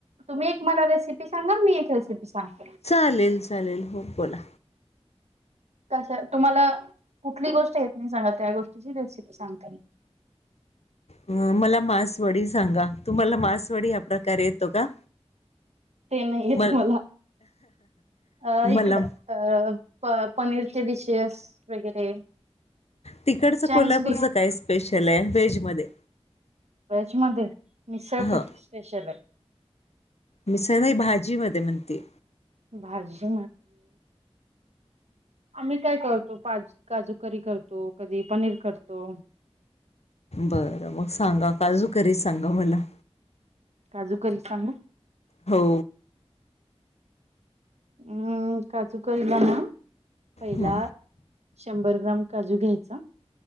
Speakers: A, on the right; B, on the left.
A: तुम्ही एक मला रेसिपी सांगा मी एक रेसिपी सांगते
B: चालेल चालेल हो बोला
A: कशा तुम्हाला कुठली गोष्ट येत नाही सांगा त्या गोष्टीची रेसिपी सांगता म
B: अ मला मांसवडी सांगा तुम्हाला मसवाडी आप प्रकार येतो का
A: ते नाही आहे
B: मल
A: तुम्हाला अ
B: मला
A: इकडं पनीरचे डिशेस वगैरे
B: तिकडचं
A: चँक्स
B: कोल्हापूरच
A: बी
B: काय स्पेशल आहे व्हेज मध्ये
A: वेज मध्ये मिसळ
B: ह
A: स्पेशल आहे
B: मिसळ नाहीई भाजी मध्ये म्हणते
A: भाजी आम्ही काय करतो पाज काजुकरी करतो कधी पनीर करतो
B: बरं मग सांगा काजू करी सांगा मला
A: काजूकरी सांगू
B: हो
A: हम् का कळला ना पहिला
B: ह
A: शंभर ग्राम काजू घ्यायचा